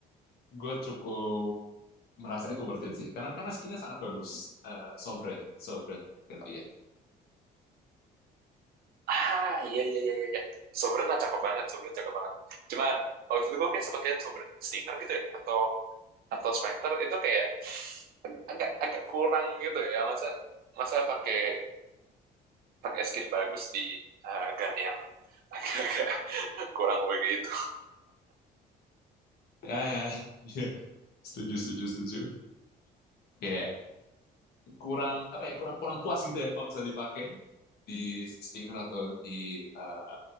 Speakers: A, on the left; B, on the right.
A: gue cukup merasa itu worth it sih karena karena skinnya sangat bagus Eh, Sovereign Sovereign Guardian
B: ah iya iya iya iya Sobrana cakep banget Sobrana cakep banget cuma waktu itu gue kayak sempat lihat Sobren Stinger gitu ya atau atau Spectre itu kayak agak agak kurang gitu ya masa masa pakai pakai skin bagus di eh, gun yang <laughs> agak-agak kurang begitu
A: ya ya, <laughs> iya. setuju setuju setuju Oke, kurang apa ya kurang kurang puas gitu ya kalau misalnya dipakai di Stinger atau di eh,